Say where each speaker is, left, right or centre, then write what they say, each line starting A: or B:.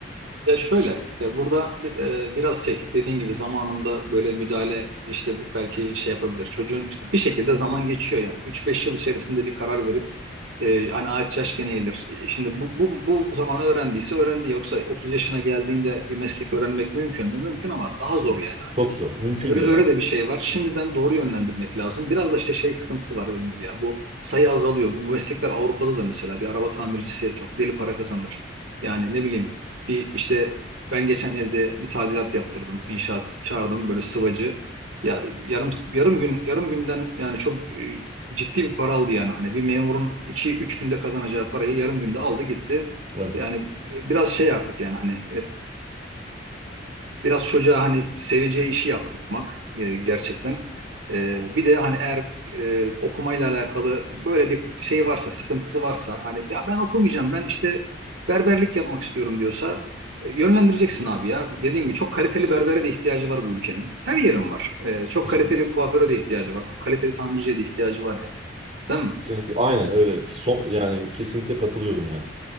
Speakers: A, on the right (about 80°); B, on the right (about 35°).
A: Ya şöyle işte burada e, biraz şey dediğin gibi zamanında böyle müdahale işte belki şey yapabilir. Çocuğun işte bir şekilde zaman geçiyor yani. üç beş yıl içerisinde bir karar verip e, hani ağaç yaş gene eğilir. Şimdi bu, bu, bu zaman öğrendiyse öğrendi. Yoksa 30 yaşına geldiğinde bir meslek öğrenmek mümkün mü? Mümkün ama daha
B: Evet.
A: zor yani hani.
B: Çok zor. Mümkün
A: Öyle,
B: değil
A: öyle
B: abi.
A: de bir şey var. Şimdiden doğru yönlendirmek lazım. Biraz da işte şey sıkıntısı var dediğim gibi ya. Bu sayı azalıyor. Bu meslekler Avrupa'da da mesela bir araba tamircisi çok deli para kazanır. Yani ne bileyim bir işte ben geçen evde bir tadilat yaptırdım. inşaat çağırdım böyle sıvacı. Ya yarım yarım gün yarım günden yani çok e, ciddi bir para aldı yani. Hani bir memurun iki üç günde kazanacağı parayı yarım günde aldı gitti.
B: Evet.
A: Yani e, biraz şey artık yani hani Biraz çocuğa hani seveceği işi yaptırtmak e, gerçekten. E, bir de hani eğer e, okumayla alakalı böyle bir şey varsa, sıkıntısı varsa hani ya ben okumayacağım ben işte berberlik yapmak istiyorum diyorsa e, yönlendireceksin abi ya. Dediğim gibi çok kaliteli berbere de ihtiyacı var bu ülkenin. Her yerin var. E, çok
B: Kesinlikle,
A: kaliteli kuaföre de ihtiyacı var. Kaliteli tamirciye de ihtiyacı var ya. Değil mi?
B: kesinlikle. Aynen öyle. Son, yani kesinlikle katılıyorum yani.